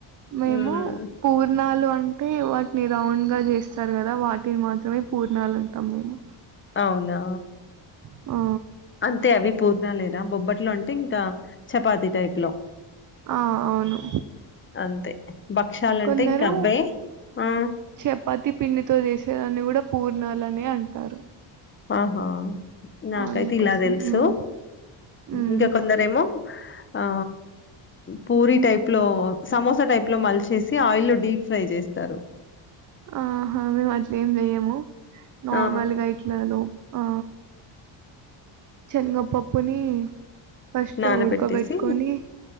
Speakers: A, on the right (about 40°); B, on the left (about 25°).
A: మేము
B: హ్మ్.
A: పూర్ణాలు అంటే వాటి ని రౌండ్ గా చేస్తారు కదా వాటిని మాత్రమే పూర్ణాలు ఉంటాం మేము
B: అవునా
A: ఆ
B: అంతే అవి పూర్ణ లేరా బొబ్బట్లో అంటే ఇంకా చపాతి టైప్ లో
A: ఆ అవును
B: అంతే. భక్షాలంటే
A: కొందరు
B: ఇంక అవ్వే. ఆ!
A: చపాతి పిండితో చేసేదన్ని కూడా పూర్ణాలనే అంటారు
B: ఆహా నాకైతే
A: అందుకోసం.
B: ఇలా తెలుసు
A: హ్మ్. హ్మ్.
B: ఇంకా కొందరేమో ఆ పూరి టైప్ లో సమోసా టైప్ లో మలిచేసి ఆయిల్ లో డీప్ ఫ్రై చేస్తారు
A: ఆహా మేము అట్లేం చెయము నార్మల్గా
B: ఆ!
A: ఇట్లా ఆ చెనగపప్పుని ఫస్ట్
B: నానబెట్టేసి
A: ఉడ్కబెట్టుకని